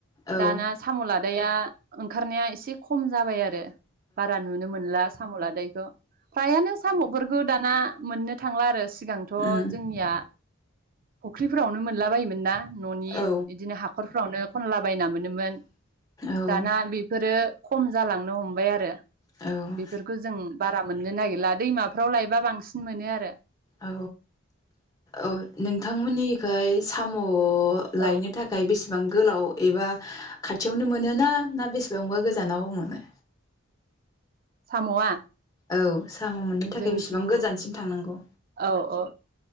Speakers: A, on the left; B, on the right.
A: औ ओं
B: दाना साम' लाद दाया ओंखारनाया एसे खम जाबाय आरो बारा नुनो मोनला साम' लादायखौ फ्रायानो साम'फोरखौ दा ना मोननो थांला आरो । सिगांथ'
A: उम
B: जोंनिया फ'ख्रिफोरावनो मोनला बायोमोनना न'
A: औ
B: इदिनो हाखर फ्रावनो खनला बायना मोनोमोन
A: औ
B: दाना बेफोरो खम जालांनो हमबाय आरो।
A: औ
B: बेफोरखौ जों बारा मोननो नागिरला दैमाफ्राव लायबा बांसिन मोनो आरो।
A: औ औ नोंथांमोननिखै सामु उ लायनो
B: औ
A: थाखाय बेसेबां गोलाव एबा खाथियावनो मोनो ना ना बेसेबांबा गोजानाव मोनो?
B: साम'आ
A: औ साम' मोननो थाखाय
B: जोंथिं
A: बेसेबां गोजानसिम थांनांगौ?
B: औ औ